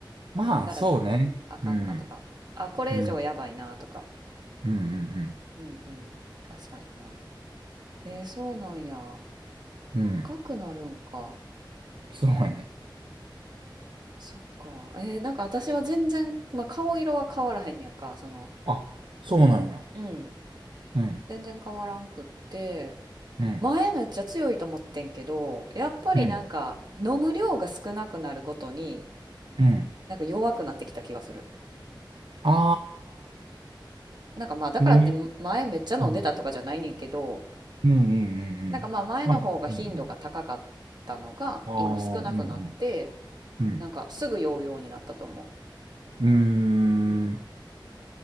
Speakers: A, on the right (about 75°); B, on the right (about 55°).
A: まあ、
B: 飲んだら、
A: そうね。
B: うん、あかんかとか、
A: うん。
B: あ、これ以上やばいなとか。
A: うん。うんうん
B: うんうん。確かにな。えー、そうなんや。
A: うん。うん。
B: 赤くなるんか。
A: そうやね。
B: そっか。えー、なんか私は全然、まあ、顔色は変わらへんやんか。その、
A: あ、そうなんや。
B: うん。
A: うん。
B: 全然変わらんくって。
A: うん、
B: 前めっちゃ強いと思ってんけど、やっぱりなんか飲む量が少なくなるごとに、
A: うん、うん。
B: なんか弱くなってきた気がする。
A: あ
B: なんかまあだからって前めっちゃ飲んでたとかじゃないねんけど、
A: あ、ね、うん、うん、うん、うん。
B: なんかまあ前の方が頻度が高かったのが今少なくなって、
A: うんまあ、うん、うん。ああ、うん、うん、うん。
B: なんかすぐ酔うようになったと思
A: うーん。
B: う。うん。